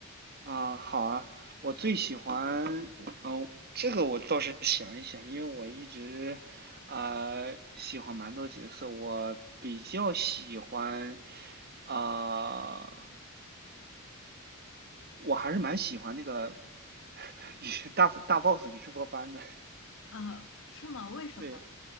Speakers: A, on the right; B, on the left.
A: 啊，好啊，我最喜欢，嗯、这个我倒是想一想，因为我一直啊、喜欢蛮多角色，我比较喜欢，啊、我还是蛮喜欢那个 <laughs> 与大大 boss 宇智波斑的，
B: 啊，是吗？为什么？
A: 对，